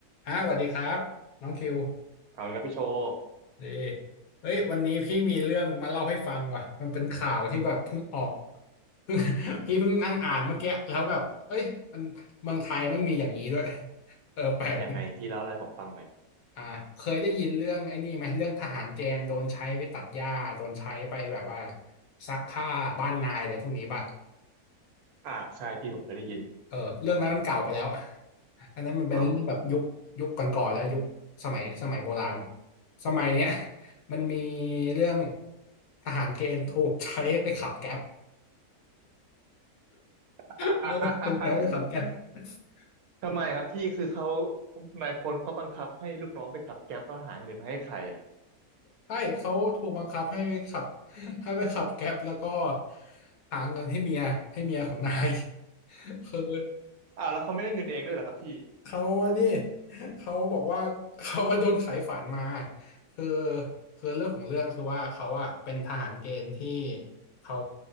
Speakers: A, on the left; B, on the right.
A: อ้าวสวัสดีครับน้องคิว
B: เอาละครับพี่โชว์
A: นีเฮ้ยวันนี้พี่มีเรื่องมาเล่าให้ฟังว่ะมันเป็นข่าวที่แบบเพิ่งออก <laughs> เพิ่ง <laughs> พี่เพิ่งนั่งอ่านเมื่อกี้แล้วแบบเฮ้ยมันเมืองไทยมันมีอย่างนี้ด้วย <laughs> เออแปลกดิ
B: ยังไงพี่เล่าอะไรให้ผมฟังหน่อย
A: อ่าเคยได้ยินเรื่องไอ้นี่ไหมเรื่องทหารแกณฑ์โดนใช้ไปตัดหญ้าโดนใช้ไปแบบว่าซักผ้าบ้านนายอะไรพวกนี้ป่ะ
B: อ่าใช่พี่ผมเคยได้ยิน
A: เออเรื่องนั้นมันเก่าไปแล้วอันนั้นมันเป็นเรื่องแบบยุคยุคก่อนๆแล้วยุคสมัยสมัยโบราณ
B: เอา
A: สมัยเนี้ย <laughs> มันมีเรื่องทหารเกณฑ์ถูกใช้ไปขับแก๊ป
B: <laughs>
A: เออถูกใช้ไปขับแก๊ป <laughs>
B: ทำไมครับพี่คือเขานายพลเขาบังคับให้ลูกน้องไปขับแก๊ปแล้วหาเงินมาให้ใครอ่ะ
A: ใช่เขาถูกบังคับให้ไปขับ <laughs> ให้ไปขับแก๊ปแล้วก็หาเงินให้เมียให้เมียของนาย <laughs> คือ
B: อ้าวแล้วเขาไม่ได้เงินเองด้วยเหรอครับพี่
A: เขาอันนี้ <laughs> เขาบอกว่า <laughs> เขาว่าโดนขายฝันมาคือคือเรื่องของเรื่องคือว่าเขาอะเป็นทหารเกณฑ์ที่เขา